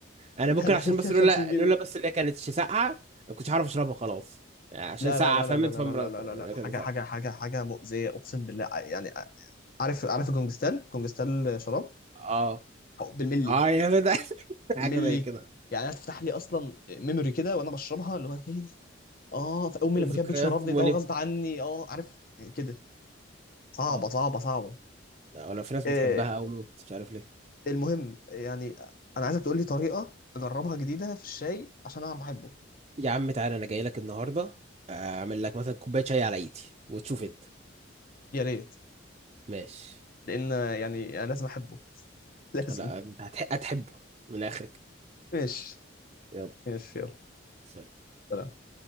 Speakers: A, on the right (about 30°); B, on the left (about 45°).
A: انا ممكن
B: احنا دافعين
A: عشان
B: <laughs>
A: بس
B: فيها 50
A: لولا
B: جنيه
A: لولا بس اللي هي كانت ساقعه ما كنتش عارف اشربها خلاص يعني عشان
B: لا
A: ساقعه
B: لا لا
A: فهمت
B: لا لا
A: فمرض
B: لا لا لا
A: يعني
B: لا لا حاجه
A: كان ساقعه
B: حاجه حاجه حاجه مؤذيه اقسم بالله ع- يعني آه، عارف عارف الكونجستال كونجستال شراب
A: اه
B: بالملي
A: اه يا فتى <laughs>
B: بالملي
A: حاجه زي كده
B: يعني انا تفتح لي اصلا ميموري كده وانا بشربها اللي هو هي دي اه في امي لما
A: ذكريات
B: كانت بتشربني
A: مؤلمه
B: ده غصب عني اه عارف كده صعبه
A: اه
B: صعبه صعبه
A: لا، ولا في ناس
B: آه
A: بتحبها او موت مش عارف ليه
B: المهم يعني انا عايزك تقول لي طريقه اجربها جديده في الشاي عشان اعرف احبه
A: يا عم تعالى انا جاي لك النهارده آه، اعمل لك مثلا كوبايه شاي على ايدي وتشوف انت
B: يا ريت
A: ماشي
B: لان يعني انا لازم احبه <laughs> لازم
A: لا انت هتح... هتحبه من الاخر كده
B: ماشي
A: يلا
B: ماشي يلا
A: سلام.
B: سلام